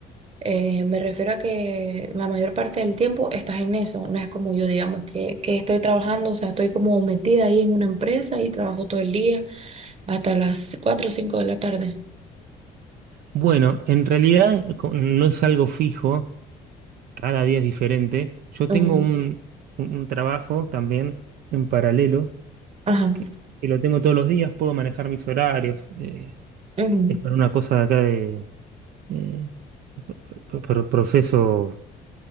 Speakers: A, on the right (about 35°); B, on the right (about 65°).
A: eh, me refiero a que la mayor parte del tiempo estás en eso. No es como yo, digamos, que, que estoy trabajando, o sea, estoy como metida ahí en una empresa y trabajo todo el día hasta las 4 o 5 de la tarde.
B: Bueno, en realidad co- no es algo fijo, cada día es diferente. Yo
A: Ujú,
B: tengo un, un- un trabajo también en paralelo,
A: Ajá.
B: que, que lo tengo todos los días, puedo manejar mis horarios. eh,
A: ujú,
B: es para una cosa de acá eh, pro- pro- pro- proceso,